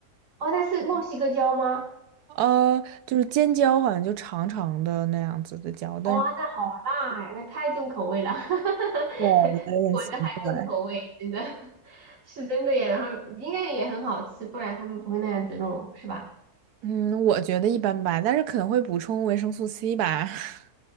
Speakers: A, on the right; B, on the right.
A: 哦，那是墨西哥椒吗？
B: 呃，就是尖椒好像就长长的那样子的椒，但是
A: 哇、那好辣呀，那太重口味了，<laughs>
B: 我有点奇怪。
A: 我的还重口味，真的 <laughs> 是真的呀。然后应该也很好吃，不然他们不会那样子弄，是吧？
B: 嗯，我觉得一般般，但是可能会补充维生素 C 吧。<laughs>